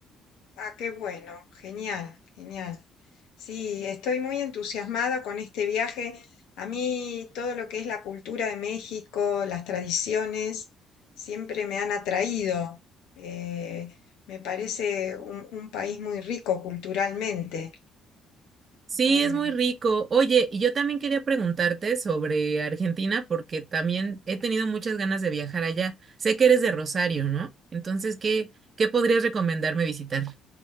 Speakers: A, on the left; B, on the right.
A: Ah, qué bueno, genial, genial. Sí, estoy muy entusiasmada con este viaje. A mí todo lo que es la cultura de México, las tradiciones, siempre me han atraído. Eh, me parece un, un país muy rico culturalmente.
B: Sí,
A: Bueno.
B: es muy rico. Oye, y yo también quería preguntarte sobre Argentina porque también he tenido muchas ganas de viajar allá. Sé que eres de Rosario, ¿no? Entonces, ¿qué, qué podrías recomendarme visitar?